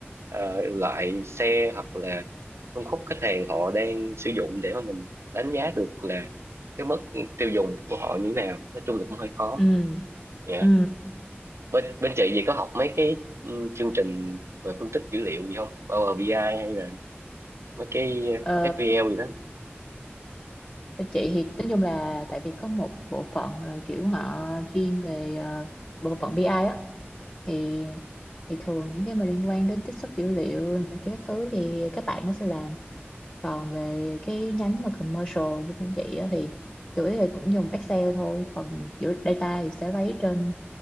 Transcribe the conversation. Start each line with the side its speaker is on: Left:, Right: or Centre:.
Right: ờ, loại xe hoặc là phân khúc khách hàng họ đang sử dụng để mà mình đánh giá được là cái mức tiêu dùng của họ như thế nào nói chung là cũng hơi khó
Left: ừ
Right: dạ
Left: ừ
Right: bên bên chị gì có học mấy cái ừ, chương trình về phân tích dữ liệu gì không Power BI ai hay là mấy cái
Left: ờ
Right: SQL gì đó
Left: Bên chị thì nói chung là tại vì có một bộ phận là kiểu họ chuyên về ờ, bộ phận BI á thì thì thường những cái mà liên quan đến trích xuất dữ liệu này, cái thứ thì các bạn nó sẽ làm còn về cái nhánh mà commercial như bên chị á thì chủ yếu là cũng dùng Excel thôi còn giữa data thì sẽ lấy trên